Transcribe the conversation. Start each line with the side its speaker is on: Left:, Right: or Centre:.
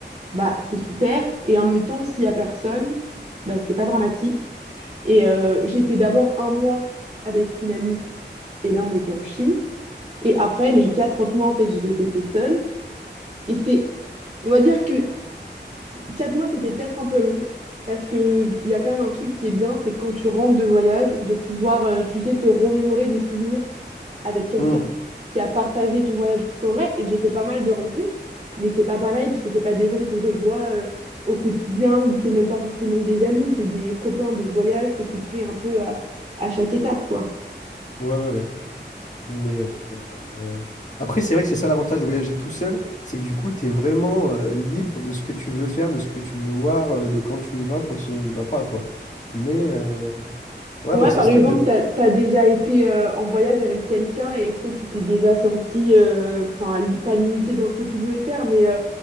Right: bah, c'est super. Et en même temps, s'il y a personne, bah, c'est pas dramatique. Et euh, j'ai fait d'abord un mois avec une amie, et là, on était en Chine. Et après, les quatre autres mois, en fait, je les ai fait seuls. Et c'est, on va dire que quatre mois, c'était peut-être un peu long, parce que il y a quand même un truc qui est bien, c'est quand tu rentres de voyage, de pouvoir, euh, tu sais, te remémorer des souvenirs avec quelqu'un
Left: hmm,
Right: qui a partagé ton voyage. Parce qu'en vrai, j'ai fait pas mal de rencontres, mais c'est pas pareil, parce que c'est pas des gens que je revois, euh, au quotidien, ou c'est même pas forcément des amis, c'est des copains de voyage que tu te fais un peu à, à chaque étape, quoi.
Left: ouais, ouais, ouais. Mais euh, après, c'est vrai que c'est ça l'avantage de voyager tout seul, c'est que du coup, tu es vraiment euh, libre de ce que tu veux faire, de ce que tu veux voir, euh, de quand tu y vas, quand tu y vas pas, quoi. Mais euh, ouais,
Right: Ouais,
Left: moi, c'est
Right: par
Left: ce
Right: exemple,
Left: truc de...
Right: t'as, t'as déjà été euh, en voyage avec quelqu'un et est-ce que tu t'es déjà senti, euh, enfin, li- pas limité dans ce que tu pouvais faire, mais euh,